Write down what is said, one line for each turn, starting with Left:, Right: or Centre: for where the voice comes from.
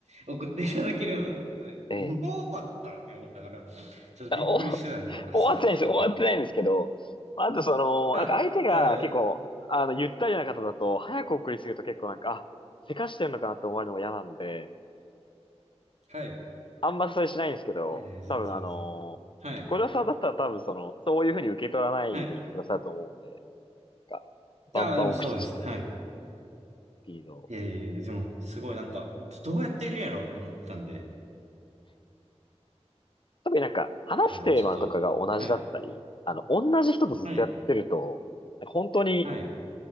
Right: 送っていただけるので、
Left: ええ。
Right: もう終わったって思ったから、
Left: <laughs>
Right: ちょっとびっくりしてたんで、
Left: あお、終わってないんですよ。
Right: あ、そういうことか。
Left: 終わってないんですけど、まああとその、
Right: あ、
Left: なんか相手が結構、
Right: なるほど。
Left: あの、ゆったりな方だと、早く送りすぎると結構なんか、あ、せかしてんのかなって思われるのが嫌なんで、
Right: はい。
Left: あんまそれしないんですけど、
Right: いやいや、全然全然。
Left: 多分あの小はさんだったら多分その、
Right: はい。
Left: そういうふうに受け取らないでいてくださると思うんで、
Right: はい。
Left: なんか、バンバン送っちゃったっ
Right: ああ、でもそうです。はい。
Left: ていうのを。
Right: いやいやいやでも、すごいなんか、どどうやってるんやろうと思ってたんで、
Left: 特になんか、話すテーマとかが同じだったり、
Right: いや、ちょっと、はい、
Left: あの、同じ人とずっとやってると、
Right: はい、
Left: なんか本当に
Right: はい。